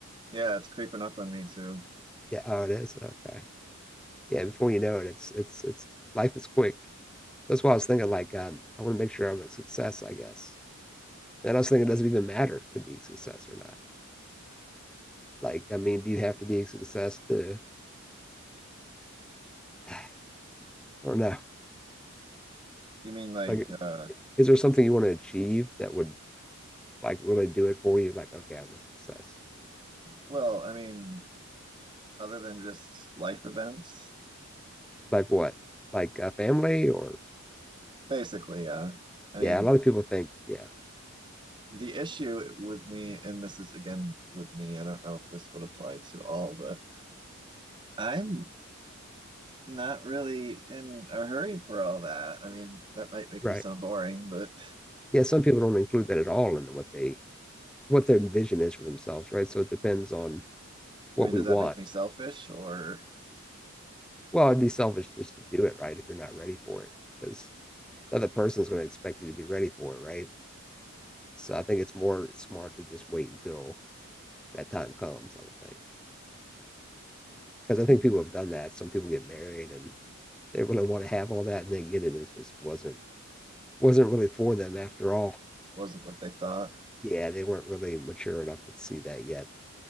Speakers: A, on the right; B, in the centre.
A: Yeah, it's creeping up on me too.
B: Yeah, oh, it is. Okay. Yeah, before you know it, it's it's it's life is quick. That's why I was thinking like um, I want to make sure I'm a success, I guess. And I was thinking it doesn't even matter to be a success or not. Like, I mean, do you have to be a success to, <sighs> I don't know.
A: You mean like
B: Like,
A: uh
B: is there something you want to achieve that would like really do it for you? Like, okay, I'm a success.
A: well, I mean other than just life events,
B: Like what? Like a family or
A: basically, yeah. I mean,
B: yeah, a lot of people think, yeah,
A: the issue with me, and this is again with me, I don't know if this would apply to all, but I'm not really in a hurry for all that. I mean, that might make
B: right.
A: me sound boring, but
B: Yeah, some people don't include that at all in what they what their vision is for themselves, right? So it depends on what
A: I mean,
B: we
A: does
B: want.
A: that make me selfish or
B: Well, it'd be selfish just to do it, right, if you're not ready for it, because the other person's going to expect you to be ready for it, right? So I think it's more smart to just wait until that time comes, I would think. Because I think
A: mm,
B: people have done that. Some people get married and they really want to have all that and they get it and it just wasn't wasn't really for them after all.
A: wasn't what they thought?
B: Yeah, they weren't really mature enough to see that yet.